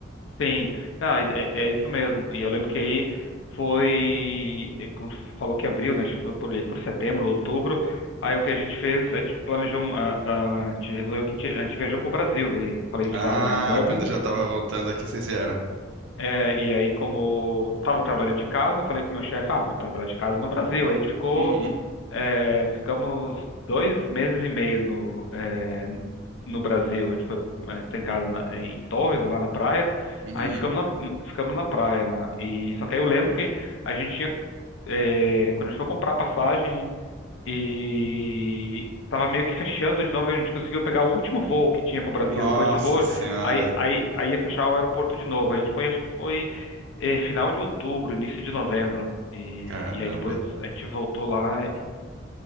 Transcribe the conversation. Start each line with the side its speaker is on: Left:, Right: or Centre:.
Left: Sim, não, é, é é isso mesmo. E eu lembro que aí foi, é, como tu falou que abriu, né? Tipo, por, aí por setembro, outubro. Aí o que a gente fez, a gente planejou, uma- a, a gente resolveu que a gente, a gente viajou pro Brasil. Daí falei, a gente
Right: Ah,
Left: estava né, em Dublin.
Right: quando eu já estava voltando aqui, vocês vieram.
Left: é, e aí, como estava trabalhando de casa, eu falei com o meu chefe, ah, vou trabalhar de casa no Brasil. Aí a gente ficou.
Right: Uhum,
Left: É, ficamos dois meses e meio no, é, no Brasil. A gente foi, a gente tem casa na- em Torres, lá na praia.
Right: uhum.
Left: Aí ficamos na, ficamos na praia lá. E, só que aí eu lembro que a gente tinha, é, quando a gente foi comprar passagem e tava meio que fechando de novo, a gente conseguiu pegar o último voo que tinha pro Brasil.
Right: Nossa
Left: Depois desse voo,
Right: senhora,
Left: aí, aí, aí ia fechar o aeroporto de novo. A gente foi, acho que foi é, final de outubro, início de novembro. E,
Right: caramba,
Left: e aí depois a gente voltou lá